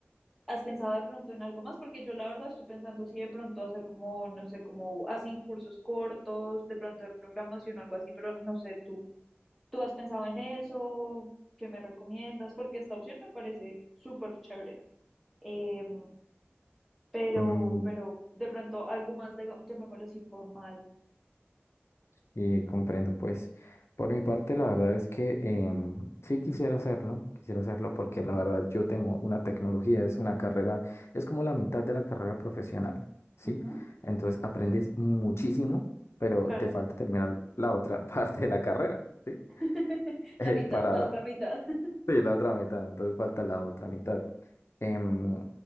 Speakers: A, in the centre; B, on the left.
A: ¿has pensado de pronto en algo más? Porque yo la verdad estoy pensando si de pronto hacer como, no sé, como así cursos cortos, de pronto de programación o algo así, pero no sé tú. ¿Tú has pensado en eso? ¿Qué me recomiendas? Porque esta opción me parece súper chévere. Em, pero,
B: mm,
A: pero de pronto algo más, de, llamémoslo así, formal.
B: y comprendo, pues, por mi parte, la verdad es que em, sí quisiera hacerlo, quisiera hacerlo porque la verdad yo tengo una tecnología, es una carrera, es como la mitad de la carrera profesional, ¿sí?
A: Ujú,
B: Entonces aprendes muchísimo, pero
A: claro,
B: te falta terminar la otra <laughs> parte de la carrera, ¿sí?
A: <laughs> la
B: eh,
A: mitad,
B: para
A: la otra mitad. <laughs>
B: Sí, la otra mitad, entonces falta la otra mitad. Em,